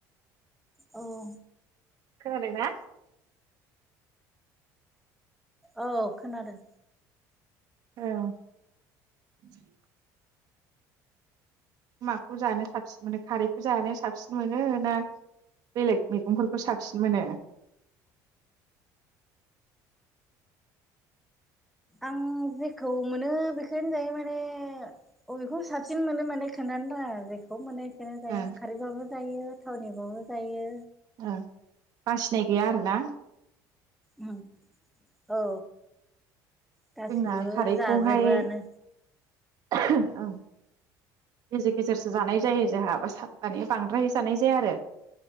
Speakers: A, in the centre; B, on the right.
A: औ औ
B: खोनादोंना?
A: औ। खोनादों।
B: औ। जि माखौ जानो साबसिन मोनो खारैखौ जानो साबसिन मोनो ना बेलेग मैगंफोरखौ साबसिन मोनो?
A: आं जेखौ मोनो बेखौनो जायो माने अबेखौ साबसिन मोनो माने खोन्थानो <unintelligible> जेखौ माने <unintelligible>
B: ओ
A: खारैबाबो जायो। थावनिबाबो जायो।
B: ओ बासिनाय आरो ना।
A: औ। औ
B: जोंना
A: गासैबो
B: खारैखौहाय
A: जाजोबोआनो।
B: <unintelligible> गेजेर गेजेरसो जानाय जायो जोंहा सानि बांद्राय जानाय जाया आरो।